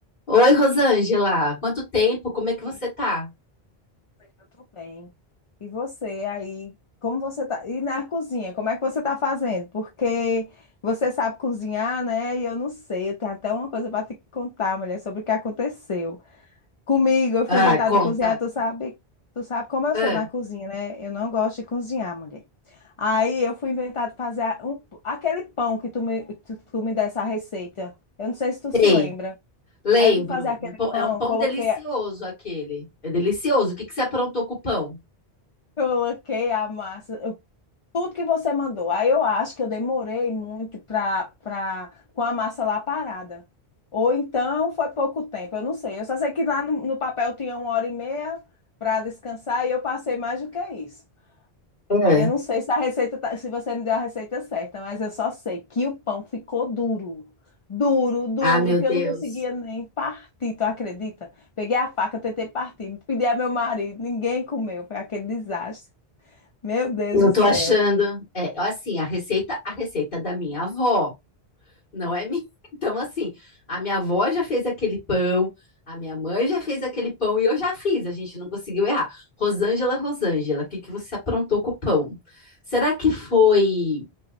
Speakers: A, on the left; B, on the left.
A: Oi, Rosângela, quanto tempo? Como
B: Oi,
A: é que você tá?
B: Eu tô bem. E você aí, como você tá? E na cozinha, como é que você tá fazendo? Porque você sabe cozinhar, né? E eu não sei, eu tenho até uma coisa para te contar, mulher, sobre o que aconteceu. Comigo, eu fui
A: Ah,
B: inventar
A: conta.
B: de cozinhar, tu sabe, tu sabe como eu
A: Ah,
B: sou na cozinha, né? Eu não gosto de cozinhar, mulher. Aí eu fui inventar de fazer a- um- aquele pão que tu me, tu, tu me desse a receita. Eu não sei se tu se
A: sei,
B: lembra.
A: lembro.
B: Aí eu fui fazer aquele
A: Um pão-
B: pão,
A: é um pão
B: coloquei,
A: delicioso aquele. É delicioso. O que que você aprontou com o pão?
B: coloquei a massa. Tudo que você mandou. Aí eu acho que eu demorei muito pra, pra, com a massa lá parada. Ou então foi pouco tempo, eu não sei. Eu só sei que lá no, no papel tinha uma hora e meia para descansar e eu passei mais do que isso.
A: Ah,
B: Aí eu não sei se a receita, tá- se você me deu a receita certa, mas eu só sei que o pão ficou duro. Duro, duro,
A: Ah, meu
B: que
A: Deus.
B: eu não conseguia nem partir, tu acredita? Peguei a faca, tentei partir, pedi a meu marido, ninguém comeu, foi aquele desastre. Meu Deus
A: Eu
B: do
A: tô
B: céu.
A: achando, é, assim, a receita, a receita é da minha avó, não é minha. <laughs> Então, assim, a minha avó já fez aquele pão, a minha mãe já fez aquele pão e eu já fiz, a gente não conseguiu errar. Rosângela, Rosângela, o que que você aprontou com o pão? Será que foi